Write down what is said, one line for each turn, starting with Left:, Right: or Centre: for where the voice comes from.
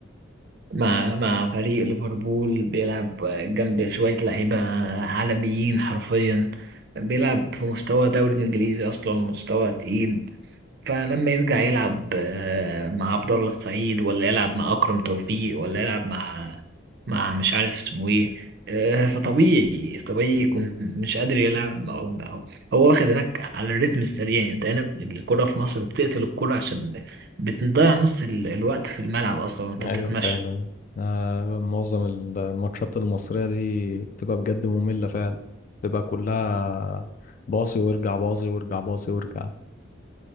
Right: مع مع فريق ليفربول بيلعب جنب شوية لعيبة عالميين حرفيا بيلعب في مستوى دوري انجليزي اصلا مستوى تقيل فلما يرجع يلعب آه، مع عبد الله السعيد ولا يلعب مع أكرم توفيق ولا يلعب مع مع مش عارف اسمه ايه آه، فطبيعي طبيعي يكون مش قادر يلعب أو أو هو واخد هناك على الريتم السريع انت هنا الكرة في مصر بتقتل الكرة عشان بتضيع نص ال- الوقت في الملعب أصلا وانت
Left: ايوه
Right: بتتمشى
Left: فعلا آه، معظم الماتشات المصرية دي بتبقى بجد مملة فعلا بتبقى كلها باصي وارجع باصي وارجع باصي وارجع